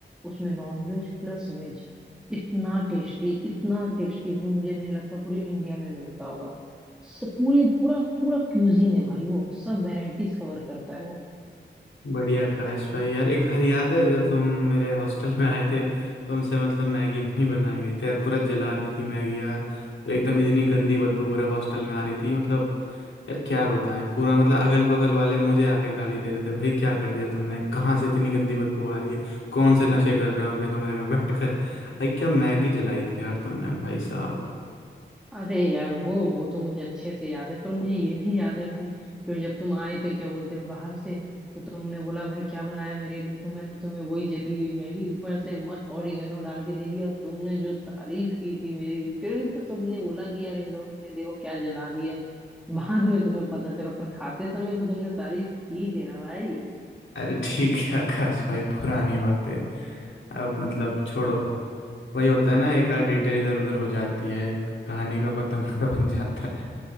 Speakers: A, in the centre; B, on the left (about 80°).
A: उसमें नॉन वेज प्लस वेज इतना टेस्टी इतना टेस्टी भाई मुझे नहीं लगता पूरे इंडिया में मिलता होगा स- पूरे पूरा पूरा क्यूजीन है भाई वो सब वेराइटीज कवर करता है वो
B: बढ़िया काश भाई यार एक बार याद है जब तुम मेरे हॉस्टल में आए थे तुमसे मतलब मैगी भी नहीं बनाई गई थी यार पूरा जला दी थी मैगी यार और एकदम इतनी गंदी बदबू पूरे हॉस्टल में आ रही थी मतलब यार क्या बताएं पूरा मतलब अगल बगल वाले मुझे आके गाली दे रहे थे भाई क्या कर दिया तुमने कहाँ से इतनी गंदी बदबू आ रही है कौन से नशे कर रहे हो अपने कमरे में बैठ कर भाई क्या मैगी जलाई थी यार तुमने भाई साहब
A: अरे यार वो वो तो मुझे अच्छे से याद है पर मुझे ये भी याद है भाई फिर जब तुम आए थे क्या बोलते हैं, बाहर से तो तुमने बोला भाई क्या बनाया मेरे लिए तो मैंने तुम्हें वही जली हुई मैगी ऊपर से मस्त ओरिगेनो डाल के दे दिया और तुमने जो तारीफ की थी मेरी फिर ही तो सबने बोला कि यार इन लोगों ने देखो क्या जला दिया बाद में तुम्हें पता चला पर खाते समय तो तुमने तारीफ की थी ना भाई
B: अरे ठीक है आकाश भाई पुरानी बातें अब मतलब छोड़ो वही होता है ना एक आध डिटेल इधर उधर हो जाती है कहानी का पतंग <laughs> बन जाता है